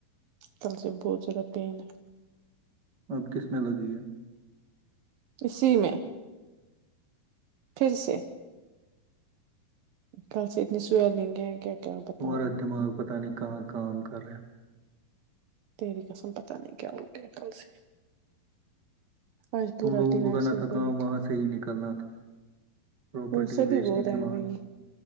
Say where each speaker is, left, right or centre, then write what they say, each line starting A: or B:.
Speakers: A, on the right (about 75°); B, on the right (about 30°).
A: کل سے بہت زیادہ پین ہے
B: اب کس میں لگی ہے
A: اسی میں پھر سے کل سے اتنی سو لنگ ہے ہیں کیا کیا بتاؤں
B: تمہارا دماغ پتہ نہیں کہاں کام کریں
A: تیری قسم پتہ نہیں کیا ہوگیا کل سے؟ آج پورا
B: تم لوگوں
A: دن
B: کو
A: ایسے
B: کرنا
A: ہی
B: تھا
A: پڑی
B: کام وہاں سے ہی نکلنا تھا پراپرٹی
A: تھی سبھی
B: بیچنی
A: بول رہے
B: تھی
A: ہیں
B: وہاں
A: وہی